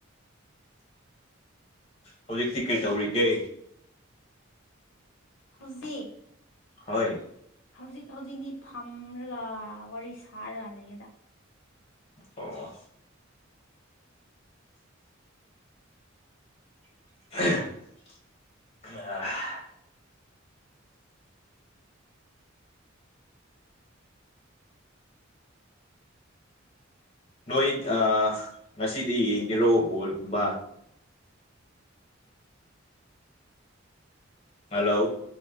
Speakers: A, on the left; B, on the left.
A: ꯍꯧꯖꯤꯛꯇꯤ ꯀꯩ ꯇꯧꯔꯤꯒꯦ
B: ꯍꯧꯖꯤꯛ
A: ꯍꯣꯏ
B: ꯍꯧꯖꯤꯛ ꯍꯧꯖꯤꯛꯇꯤ ꯐꯝꯔꯒ ꯋꯥꯔꯤ ꯁꯥꯔꯒ ꯂꯩꯌꯦꯗ
A: ꯑꯣ ꯑ ꯅꯣꯏ ꯉꯁꯤꯗꯤ ꯌꯦꯡꯒꯦꯔꯣ ꯕꯣꯜꯒꯨꯝꯕ ꯍꯜꯂꯣ